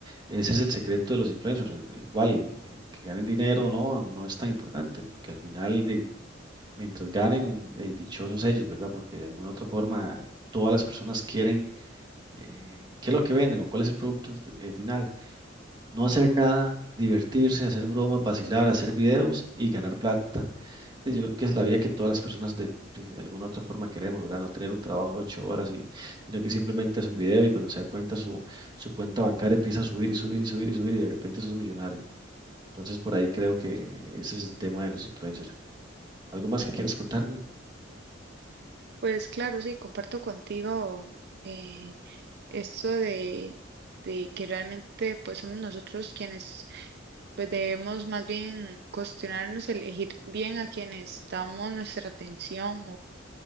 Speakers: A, on the right; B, on the right.
A: ese es el secreto de los influencers. eh, Igual, eh, que ganen dinero o no, no es tan importante, porque al final, de, mientras ganen, eh, dichosos ellos, ¿verdad? Porque de alguna u otra forma, todas las personas quieren eh, qué es lo que venden o cuál es el producto eh, final. No hacer nada, divertirse, hacer bromas, vacilar, hacer videos y ganar plata. Y Yo creo que es la vida que todas las personas de, de alguna otra forma queremos, ¿verdad? No tener un trabajo de ocho horas y, sino que simplemente hace un video y cuando se da cuenta su, su cuenta bancaria empieza a subir y subir y subir y subir y de repente sos millonario. Entonces por ahí creo que ese es el tema de los influencers. ¿Algo más que quieras contarme?
B: Pues claro, sí, comparto contigo eh, esto de, de que realmente pues somos nosotros quienes pues debemos más bien cuestionarnos, elegir bien a quienes damos nuestra atención